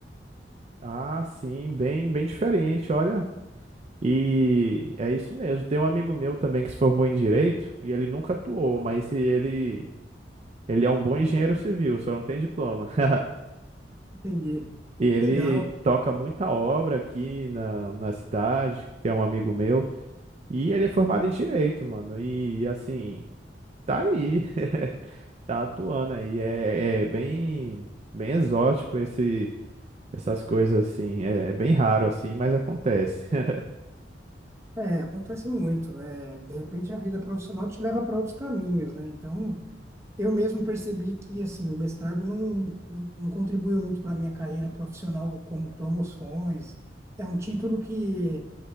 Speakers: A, on the right; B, on the right.
A: Ah, sim, bem, bem diferente, olha. E é isso mesmo. Tem um amigo meu também que se formou em direito e ele nunca atuou, mas ele ele é um bom engenheiro civil, só não tem diploma. <laughs>
B: Entendi.
A: e Ele
B: Que Legal.
A: toca muita obra aqui na, na cidade, que é um amigo meu. E ele é formado em direito, mano. E assim, tá aí, <laughs> tá atuando aí. É, é bem, bem exótico esse, essas coisas assim. É, é bem raro assim, mas acontece. <laughs>
B: É, acontece muito. É, de repente, a vida profissional te leva para outros caminhos, né? Então, eu mesmo percebi que, assim, o mestrado não, não contribuiu muito para a minha carreira profissional, como promoções. É um título que